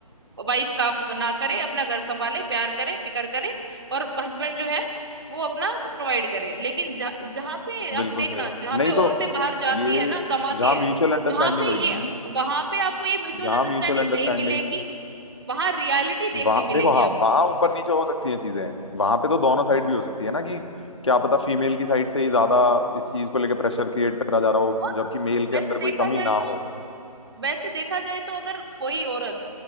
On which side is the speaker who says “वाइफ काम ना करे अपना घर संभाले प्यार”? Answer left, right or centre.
Right